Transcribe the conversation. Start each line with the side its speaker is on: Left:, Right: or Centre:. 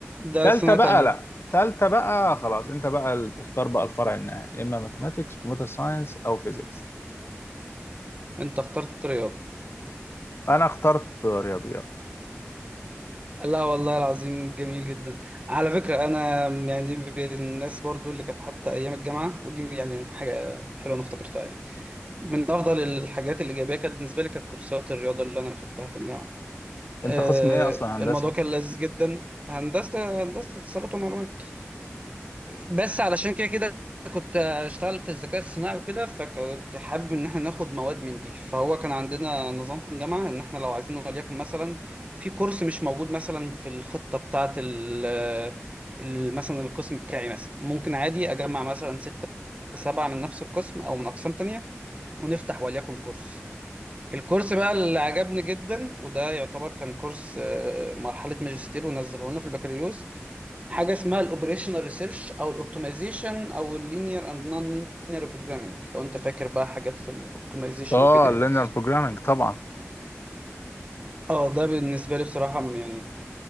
Right: ده
Left: تالتة
Right: سنة
Left: بقى
Right: تانية
Left: لأ تالتة بقى خلاص أنت بقى اللي تختار بقى الفرع النهائي إما ماثماتيكس كمبيوتر ساينس أو فيزيكس
Right: أنت اخترت رياضة
Left: أنا اخترت رياضيات
Right: لا والله العظيم جميل جدا على فكرة أنا يعني من الناس برضو اللي كانت حتى أيام الجامعة ودي يعني من حاجة حلوة أنا افتكرتها يعني من أفضل الحاجات الإيجابية كانت بالنسبة لي كانت كورسات الرياضة اللي أنا أخدتها في الجامعة آه،
Left: أنت قسم إيه أصلا هندسة؟
Right: الموضوع كان لذيذ جدا هندسة هندسة اتصالات ومعلومات بس علشان كده كده كنت اشتغل في الذكاء الصناعي وكده فكنت حابب ان احنا ناخد مواد من دي فهو كان عندنا نظام في الجامعه ان احنا لو عايزين وليكن مثلا في كورس مش موجود مثلا في الخطه بتاعه ال ال- مثلا القسم بتاعي مثلا ممكن عادي اجمع مثلا ستة سبعة من نفس القسم او من اقسام تانية ونفتح وليكن كورس الكورس بقى اللي عجبني جدا وده يعتبر كان كورس آه، مرحله ماجستير ونزله لنا في البكالوريوس حاجه اسمها الاوبريشنال ريسيرش او الاوبتمايزيشن او اللينير اند نون لينير بروجرامنج لو انت فاكر بقى حاجات في الاوبتمايزيشن
Left: آه
Right: وكده
Left: اللينير
Right: يعني
Left: بروجرامينج طبعا
Right: اه ده بالنسبه لي بصراحه م- يعني